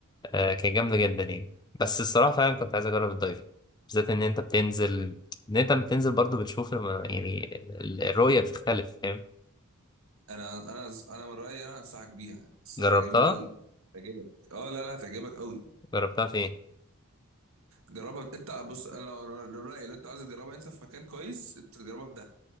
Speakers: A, on the left; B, on the right.
A: آه كانت جامدة جدا يعني بس الصراحة فعلا كنت عايز أجرب الدايفنج بالذات إن أنت بتنزل إن أنت بتنزل برضو بتشوف الم- يعني ال- الرؤية بتختلف فاهم
B: انا انا انا من رايي انا انصحك بيها الصراحه
A: جربتها
B: جميل قوي هتعجبك اه لا لا هتعجبك قوي
A: جربتها فين؟
B: جربها انت بص انا الراي اللي انت عايز تجربها انت في مكان كويس انت تجربها في